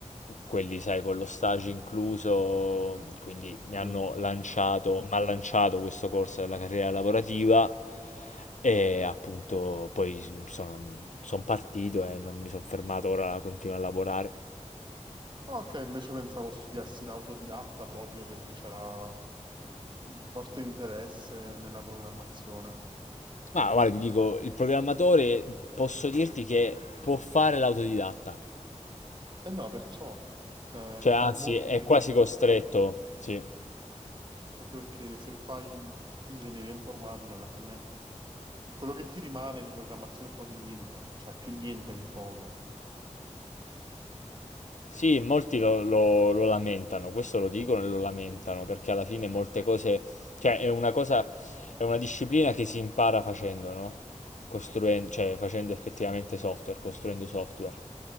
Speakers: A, on the left (about 70°); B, on the right (about 35°).
A: quelli sai con lo stage incluso, mhmm, quindi mi hanno
B: sì.
A: lanciato m'ha Mh-mh. lanciato questo corso della carriera lavorativa e appunto poi s sono mhmm, son partito e non mi son fermato, ora continuo a lavorare.
B: Ok, invece pensavo studiassi da autodidatta proprio perché c'era un forte interesse nella programmazione.
A: Ma guarda ti dico, il programmatore posso dirti che può fare l'autodidatta.
B: E no, perciò, cioè,
A: Cioè Ah, anzi
B: molti
A: è
B: che
A: quasi
B: conosco,
A: addirittura. costretto, sì.
B: anche perché se fai in- ingegneria informatica alla fine, quello che ti rimane di programmazione è poco e niente, cioè più niente che poco.
A: Sì, molti lo, lo- lo lamentano, questo lo dicono e lo lamentano, perché alla fine molte cose, cioè è una cosa, è una disciplina che si impara facendo, no? Costruendo, cioè facendo effettivamente software, costruendo software.